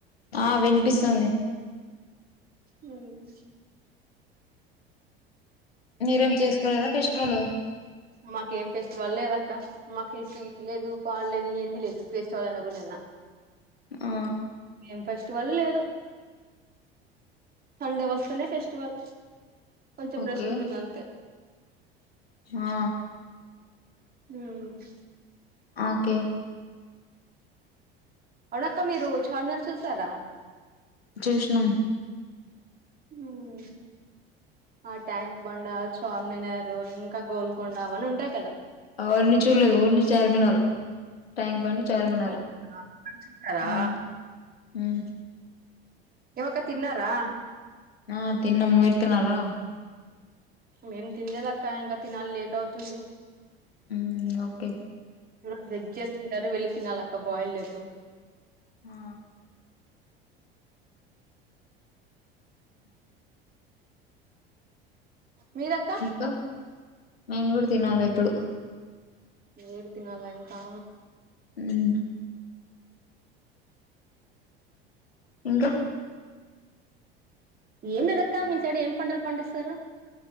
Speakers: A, on the left; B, on the right.
A: ఆ వినిపిస్తుంది
B: ఊ మ్
A: మీరేం చేసుకోలేదా ఫెస్టివల్
B: మాకేం ఫెస్టివల్ లేదక్క మాకు స్వీట్ లేదు పాడులేదు ఏం లేదు ఫెస్టివల్ అయిన కూడా నిన్న
A: ఆ
B: ఏం ఫెస్టివల్ లేదు సండే వస్తెనే ఫెస్టివల్ కొంచెం
A: ఓకే
B: రెస్ట్ ఉంటుంది అంతే
A: ఆ
B: ఊ మ్
A: ఓకే
B: అవునక్క మీరు చాలన్నర చూసారా
A: చూష్ణం
B: ఊ మ్ ఆ ట్యాంక్ బండ చార్మినారు ఇంకా గోల్కొండ అవన్న ఉంటా
A: అవన్నీ చూడలేదు ఓన్లీ చార్మినారు ట్యాంక్ బండ్ చార్మినార్
B: అవునా చూసారా
A: మ్ మ్
B: ఏమక్క తిన్నారా
A: ఆ తిన్నం మీరు తిన్నారా
B: మేం తినలేదక్క ఇంకా తినాలి లేట్ అవుతుంది
A: మ్ ఓకే
B: ఈరోజు ఎగ్ చేస్తుంటారు వెల్లి తినాలక్క బాయిల్డ్ ఎగ్
A: ఆ
B: మీరక్క
A: ఇంకా మేము కూడా తినాలి ఇప్పుడు
B: మీరు తినాలా ఇంకా
A: మో ఇంకా
B: ఏం లేదక్క మీ సైడ్ ఏం పంటలు పండిస్తారు